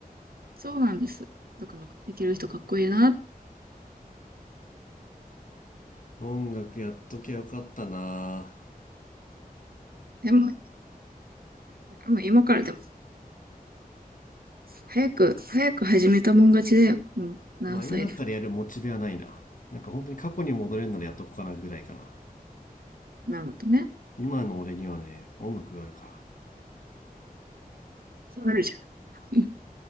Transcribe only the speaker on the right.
そうなんです。だから、できる人かっこいいな。
でも、もう今からでも、早く、早く始めたもん勝ちだよ。もう何歳だ。
なるとね。
そうなるじゃん。